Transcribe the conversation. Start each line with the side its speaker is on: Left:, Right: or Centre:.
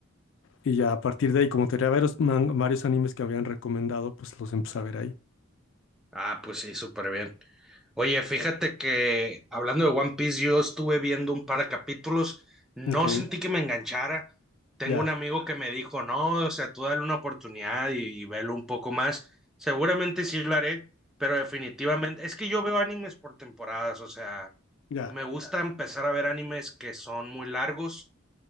Left: Y ya a partir de ahí, como tenía varios, man- varios animes que habían recomendado, pues los empecé a ver ahí.
Centre: Ah, pues sí, súper bien. Oye, fíjate que hablando de One Piece, yo estuve viendo un par de capítulos, no
Left: Ok,
Centre: sentí que me enganchara. Tengo
Left: ya,
Centre: un amigo que me dijo, no, o sea, tú dale una oportunidad y, y velo un poco más. Seguramente sí lo haré, pero definitivamente, es que yo veo animes por temporadas, o sea,
Left: ya.
Centre: me gusta empezar a ver animes que son muy largos.